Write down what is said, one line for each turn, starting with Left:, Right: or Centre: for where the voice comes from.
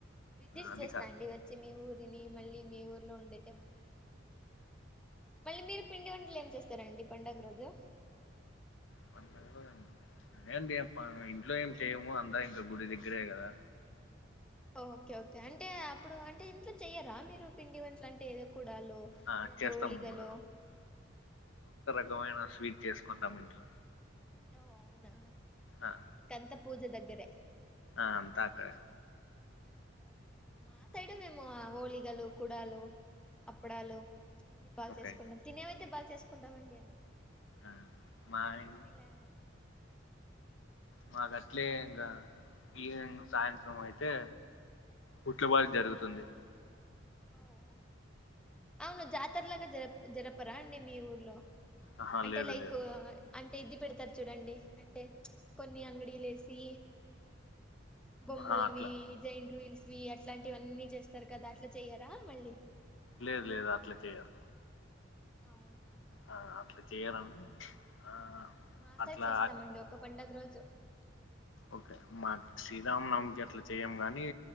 Centre: విజిట్
Left: అదికా
Centre: చేస్తా అండి వచ్చి మీ మీ ఊరిని మళ్ళీ మీ ఊర్లో ఉండే టెంపుల్ని పల్లి మీరు పిండి వంటలు లే చేస్తారాండి పండుగ రోజు
Left: పండగ రోజు <unintelligible> ఎం చెయ్యం. పా ఇంట్లో ఏం చేయము అంతా ఇంకా గుడి దేగ్గరే కదా!
Centre: ఓకే ఓకే అంటే అ ఇప్పుడు అంటే ఇంట్లో చెయ్యరా మీరు పిండి వంట్లని తెదో కుడాల్లో
Left: ఆ
Centre: ఏదంటే
Left: చేస్తామమ్మా
Centre: ఓలిగలో
Left: ద్భుతమైన స్వీట్ చేసుకుంటాం ఇంట్లో
Centre: ఓ అవునా
Left: ఆ
Centre: ఇంకంతం పూజ దగ్గరే
Left: ఆ అంత అక్కడే
Centre: య ఓ క్కె క్యా మా సైడ్ మేము. ఓలిగలు, కుడాలు, అప్పడాలు అన్ని బాగా
Left: ఓకే
Centre: చేసుకుంటామ్ తీనేవైతే బాగ్ చేసుకుంటమండి అన్ని
Left: ఆ మా ఇన్
Centre: కనీలా
Left: మాకు అట్లే, ఇంకా ఈవెనింగ్ సాయంత్రం అయితే పుట్లబడి జరుగుతుంది.
Centre: ఓ అవునా, అవును జాతరలాగా జర జరపరాండి. మీ ఊర్లో,
Left: ఆహా
Centre: అంటే
Left: లేదు
Centre: లైక్
Left: లేదు
Centre: అంటే ఇది పెడతారు చూడండి అంటే కొన్ని అంగడీలు లేసి బొమ్మల్వి
Left: ఆహా అట్లా
Centre: జైయింట్ వీల్స్ వి అట్లాంటివన్నీ చేస్త అట్లా చెయ్యార మళ్ళీ
Left: లేదు లేదు అట్లా చేయరు
Centre: అవున
Left: ఆ అట్లా చేయరండి ఆ
Centre: మా
Left: అట్లా
Centre: సైడ్ చేస్తామండి ఒక్క పండుగ రోజు
Left: ఒకే మాకు శ్రీరామనవమికి అట్లా చేయ్యము, గాని